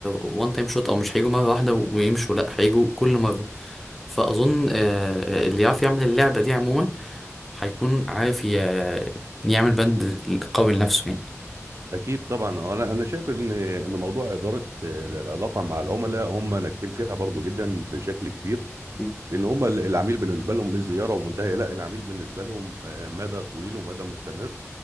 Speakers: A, in the centre; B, on the right (about 65°).
A: وان تايم شوت أو مش هيجوا مرة واحدة ويمشوا لأ هيجوا كل مرة فأظن آه، آه، اللي يعرف يعمل اللعبة دي عموما هيكون عارف ي... يعمل بند قوي لنفسه يعني
B: اكيد طبعا هو انا انا شايف ان ان موضوع اداره آه، العلاقه مع العملاء هم ناجحين فيها برضو جدا بشكل كبير
A: مم.
B: لان هم ال- العميل بالنسبه لهم مش زياره ومنتهيه لا العميل بالنسبه لهم آه، مدى طويل ومدى مستمر